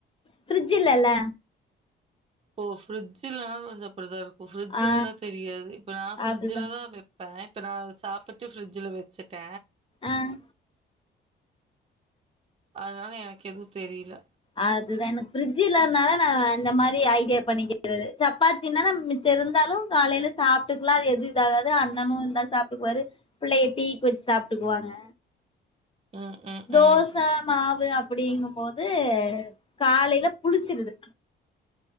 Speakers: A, on the left; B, on the right.
A: ஃபிரிட்ஜ் இல்லல்ல
B: ஓ ஃப்ரிட்ஜ் இல்லன்னா கொஞ்ச அப்டிதா இருக்கூ இப்ப ஃப்ரிட்ஜ்
A: ஆ
B: இருந்தா தெரியாது இப்ப நா ஃப்ரிட்ஜ்ல
A: அதுதா
B: தா வெப் ப்பே இப்ப நா சாப்பிட்டு ஃப்ரிட்ஜ்ல வெச்சுட்ட
A: ஆஹ்
B: அதனால எனக்கு எதுவும் தெரியல
A: அதுதான் எனக்கு பிரிட்ஜ் இல்லாதனால நான் அந்த மாதிரி ஐடியா பண்ணிக்கிறது சப்பாத்தின்ன நம்ம மிச் சம் இருந்தாலும் காலையில சாப்பிட்டுக்கலாம் அது எதுவும் இத ஆகாது அண்ணனும் இருந்தா சாப்பிட்டுக்குவாரு பிள்ளைக டீக்கு வச்சு சாப்பிட்டுக்குவாங்க
B: ம் ம்
A: தோசை
B: ம்
A: மாவு அப்படிங்கும்போது காலையில புளிச்சிருது